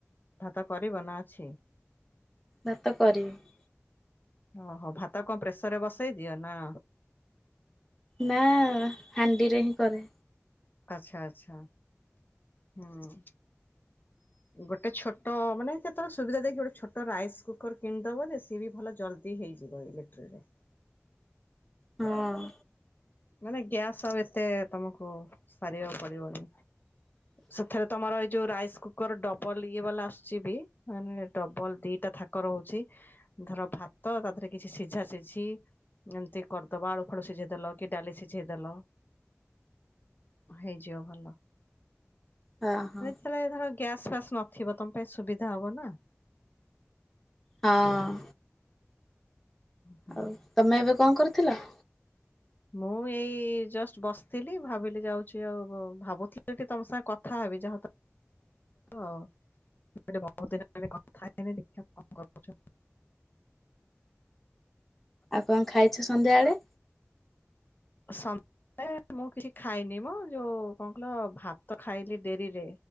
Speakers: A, on the left; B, in the centre.
A: ଭାତ କରିବ ନା ଅଛି?
B: ଭାତ କରିବି।
A: ଓହୋ ଭାତ କଣ ପ୍ରେସର ରେ ବସେଇ ଦିଅ ନା
B: ନା ହାଣ୍ଡିରେ ହିଁ କରେ।
A: ଆଚ୍ଛା ଆଚଛା ହୁଁ ଗୋଟେ ଛୋଟ ତ ମାନେ କେତେବେଳେ ସୁବିଧା ଦେଖି ଗୋଟେ ଛୋଟ ରାଇସ୍ କୁକର କିଣିଦବ ଯେ ସିଏ ବି ଭଲ ଜଲ୍ଦି ହେଇଯିବ ଇଲେକ୍ଟ୍ରରେ।
B: ହଁ
A: ମାନେ ଗ୍ୟାସ୍ ଆଉ ଏତେ ତମକୁ ସାରିବାକୁ ପଡିବନି। ସେଥିରେ ତମର ଏଇ ଯୋଉ ରାଇସ କୁକର ଡବଲ ଇଏ ବାଲା ଆସୁଛି ବି ମେ ଡବଲ ଦିଟା ଥାକ ରହୁଛି। ଧର ଭାତ ତା ଦେହରେ କିଛି ସିଝା ସିଝି ଏମିତି କରିଦବା ଆଳୁ ଫଳୁ ସିଝେଇ ଦେଲ କି ଡାଲି ସିଝେଇ ହେଲୋ ହେଇଯିବ ଭଲ।
B: ହଁ ହଁ
A: ତାଲେ ଧର ଗ୍ୟାସ ଫ୍ୟାସ ନଥିବ ତମ ପାଇଁ ସୁବିଧା ହବ ନା।
B: ହଁ
A: ହୁଁ।
B: ଆଉ ତମେ ଏବେ କଣ କରିଥିଲ?
A: ମୁଁ ଏଇ ଜଷ୍ଟ ବସିଥିଲି ଭାବିଲି ଯାଉଛି ଆଉ ଭାବୁଥିଲି ସେଠି ତମ ସାଙ୍ଗେ କଥା ହବି ଯାହା ଆଉ। ବହୁ ଦିନ କଥା <unintelligible> <unintelligible> ଦ
B: ଆଉ କଣ ଖାଇଛ ସନ୍ଧ୍ୟାବେଳେ??
A: ସନ୍ଧ୍ୟା ମୁଁ କିଛି ଖାଇନି ମଁ ଯୋଉ କଣ କହିଲ ଭାତ ଖାଇଲି ଡେରିରେ।